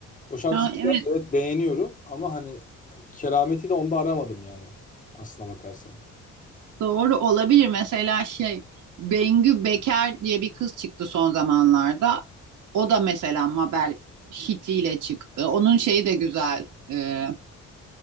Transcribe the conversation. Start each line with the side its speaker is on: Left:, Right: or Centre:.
Left: O şarkısı
Right: Ha,
Left: güzel,
Right: evet
Left: evet beğeniyorum ama hani kerameti de onda aramadım yani aslına bakarsan.
Right: doğru olabilir. Mesela şey Bengü Beker diye bir kız çıktı son zamanlarda. O da mesela Mabel hitiyle çıktı. Onun şeyi de güzel. Ee,